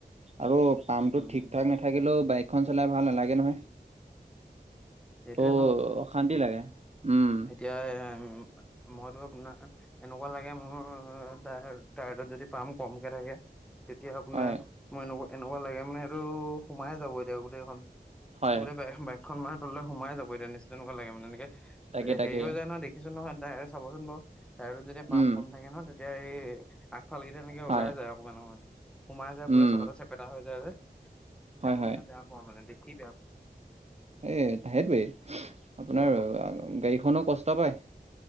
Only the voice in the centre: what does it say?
উম
সেইটোয়ে
হয়, হয়, উম। মইতো আপোনাৰ এনেকুৱা লাগে মোৰ তাইৰটো যদি পাম কমকে থাকে তেতিয়া আপোনাৰ
মই এনেকুৱা-এনেকুৱা লাগে মানে এইটো সোমাইে যাব এতিয়া গোটেইখন।
গোটেই বাইকখন মাহৰ তললৈ সোমাই যাব এতিয়া নিশ্চয় তেনেকুৱা লাগে মানে এনেকে,
হেৰী হয় যায় নহয় দে কিছো নহয় তাই চাবচোন বাৰু, তাইৰটোত যেতিয়া
পাম কম থাকে নহয় তেতিয়া এই আগফালকেইটা এনেকে
ওলাই যায় অকণমান-অকমান, সোমাই যায়
পুৰা চকাতে চেপেটা হৈ যায় যে। তেতিয়া
মই
মানে বেয়া পাওঁ মানে দেখি বেয়া পাওঁ।
অ'